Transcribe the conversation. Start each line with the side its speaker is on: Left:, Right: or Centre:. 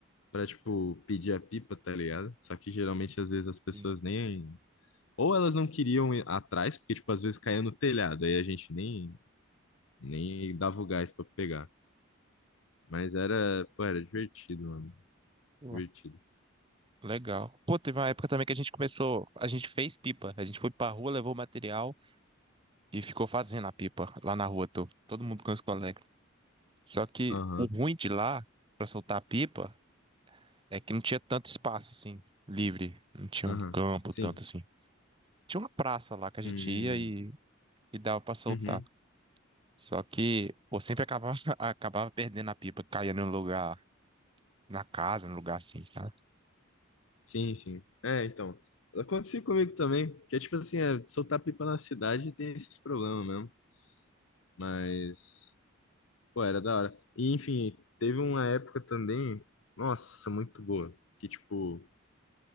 Left: pra, tipo, pedir a pipa, tá ligado? Só que geralmente, às vezes, as pessoas
Right: sim.
Left: nem. Ou elas não queriam ir atrás, porque, tipo, às vezes caía no telhado, aí a gente nem, nem dava o gás pra pegar. Mas era, pô, era divertido, mano.
Right: Pô,
Left: Divertido.
Right: Legal. Pô, teve uma época também que a gente começou, a gente fez pipa. A gente foi pra rua, levou o material e ficou fazendo a pipa lá na rua, tô. Todo mundo com os colegas. Só que
Left: Aham,
Right: o ruim de lá, pra soltar a pipa, é que não tinha tanto espaço, assim, livre. Não tinha
Left: aham.
Right: um campo
Left: Sim.
Right: tanto assim. Tinha uma praça lá que a gente
Left: Hum,
Right: ia e, e dava pra soltar.
Left: uhum.
Right: Só que eu sempre acabava, <laughs> acabava perdendo a pipa, caía no lugar, na casa, no lugar assim, sabe?
Left: Sim, sim. É, então. Aconteceu comigo também, que é tipo assim, é, soltar pipa na cidade tem esses problemas mesmo. Mas. Pô, era da hora. E, enfim, teve uma época também, nossa, muito boa, que, tipo,